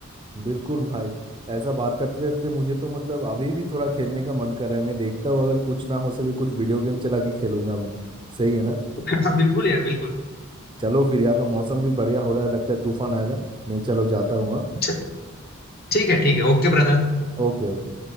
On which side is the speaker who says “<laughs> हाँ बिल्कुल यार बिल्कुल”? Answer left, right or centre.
Left